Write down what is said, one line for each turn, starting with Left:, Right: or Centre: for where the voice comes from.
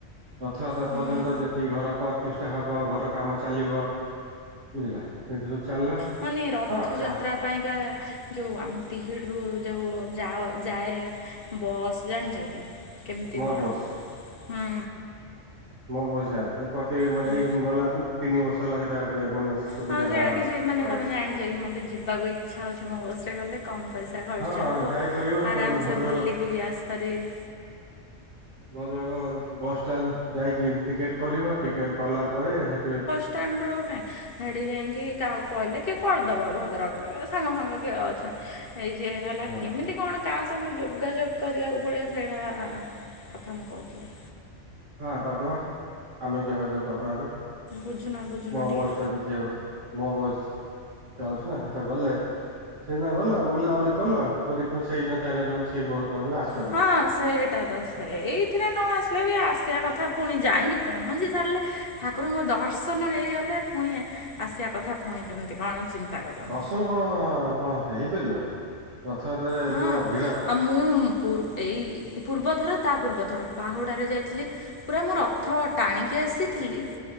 Right: ରଥଯାତ୍ର
Left: ହୁଁ
Right: ପର୍ଯ୍ୟନ୍ତ ଯେତିକି ଘର ପ ତିଷ୍ଠା ହବ ଘର କାମ ଚାଲିବ ବୁଝିଲା ଚାଲିଲା।
Left: ମାନେ ରଥଯାତ୍ରା
Right: ହଁ ଚା
Left: ପାଇଁକା ଯୋଉ ଆମ ତିହିଡ଼ିରୁ ଯୋଉ ଯାଅ ଯାଏ ବସ୍ ଜାଣିଛ କି, କେମିତି
Right: ମୋ
Left: କଣ
Right: ବସ୍
Left: ହୁଁ?
Right: ମୋ ବସ୍ ଯାଏ, ସେ ପତି ମାନେ
Left: ହୁଁ
Right: ଏଇ ଗଲା ତିନ ବର୍ଷର ହେଲା ସେଟା ମାନେ ସୁବିଧା
Left: ହଁ
Right: ଏବେ
Left: ସେଇଟା
Right: ଆରମ୍ଭ
Left: କିଛି ମାନେ
Right: କରାଯାଇଛି
Left: ତମେ ଜାଣିଛ କି, ମତେ ଯିବାକୁ ଇଚ୍ଛା ହଉଛି। ମୋ ବସ୍ ରେ ଗଲେ କମ୍ ପଇସା ଖର୍ଚ୍ଚ
Right: ହଁ
Left: ହବ,
Right: ଯାଇପାରିବ ତମେ
Left: ଆରାମସେ
Right: ଭଦ୍ରକ
Left: ବୁଲିକି ବି ଆସିପାରିବି।
Right: ଭଦ୍ରକ ବସଷ୍ଟାଣ୍ଡ ଯାଇକି, ଟିକେଟ କରିବ। ଟିକେଟ କଲା ପରେ ହେଟୁ
Left: ଷ୍ଟାଣ୍ଡ ରୁ କାଇଁ ସେଇଠିକି ଯାଇଁକି କାହାକୁ କହିଲେ କିଏ କରିଦବ, ଭଦ୍ରକରେ ସାଙ୍ଗ ଫାଙ୍ଗ କିଏ ଅଛ ଏଇ ଯେ ହେଲା
Right: ହଁ
Left: କେମିତି କଣ କାହା ସାଙ୍ଗରେ ଯୋଗାଯୋଗ କରିବାକୁ ପଡ଼ିବ, ସେଇଟା କଥା ମୁଁ କହୁଥିଲି?
Right: ହଁ କରିଦବା, ଆମେ ଯୋଗାଯୋଗ କରିଦବା ଆମେ।
Left: ବୁଝୁନ ବୁଝୁନ
Right: ମୋ
Left: ଟିକେ
Right: ବସ୍ ଟା ଯୋଉ ମୋ ବସ୍ ଯାଉଛି ନା, ହେଟା ଗଲେ ସେଇଦିନ ଗଲ ବୁଲା ବୁଲି କଲ, କରି ପୁଣି ସେଇଦିନ ଚାହିଁଲେ ତମେ ସେଇ ବସ ତମେ ବି ଆସି
Left: ହଁ ସେଇଟା ତ ସେଇଥିରେ ନ ଆସିଲେ ବି, ଆସିବା କଥା ଫୁଣି ଯାଇକି ପହଞ୍ଚି ସାରିଲେ ଠାକୁରଙ୍କ ଦର୍ଶନ ହେଇଗଲେ, ପୁଣି ଆସିବା କଥା ପୁଣି କେମିତି କଣ ଚିନ୍ତା କରିବ?
Right: <unintelligible> କଣ ହେଇପାରିବ ରଥଯାତ୍ରାରେ
Left: ହଁ
Right: ଯୋଉଭଳିଆ ଭିଡ
Left: ଆଉ ମୁଁ ପୂର୍ ଏଇ ପୂର୍ବଥର ତା ପୂର୍ବଥର ବାହୁଡ଼ାରେ ଯାଇଥିଲି ପୁରା ମୁଁ ରଥ ଟାଣିକି ଆସିଥିଲି।